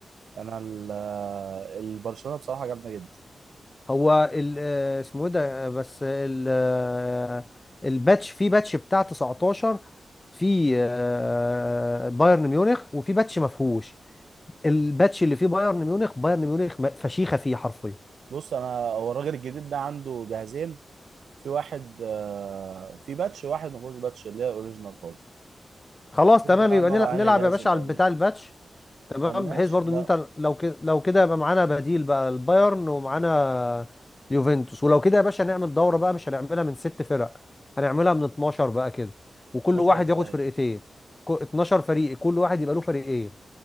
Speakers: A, on the right (about 90°); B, on the left (about 30°).
A: انا ال- البرشلونة بصراحة جامدة جدا
B: هو ال آه، اسمه ايه ده آه، بس ال آه، الباتش في باتش بتاع 19 في آه، بايرن ميونخ وفي باتش ما فيهوش الباتش اللي فيه بايرن ميونخ بايرن ميونخ م- فشيخه فيه حرفيا
A: بص انا هو الراجل الجديد ده عنده جهازين في واحد آه، في باتش واحد ما فيهوش باتش اللي هي الاوريجينال خالص
B: خلاص
A: شوف
B: تمام
A: بقى
B: يبقى
A: نقعد
B: نلع-
A: على
B: نلعب
A: انهي جهاز
B: يا باشا
A: اللي
B: على
A: هيجي
B: بتاع الباتش تمام
A: طب ماشي
B: بحيث برضو
A: لا
B: ان انت لو كده لو كده يبقى معانا بديل بقى البايرن ومعانا اليوفنتوس ولو كده يا باشا نعمل دورة بقى مش هنعملها من ست فرق هنعملها من 12 بقى كده وكل
A: 12
B: واحد
A: ازاي
B: ياخد فرقتين كو- 12 فريق كل واحد يبقى له فريقين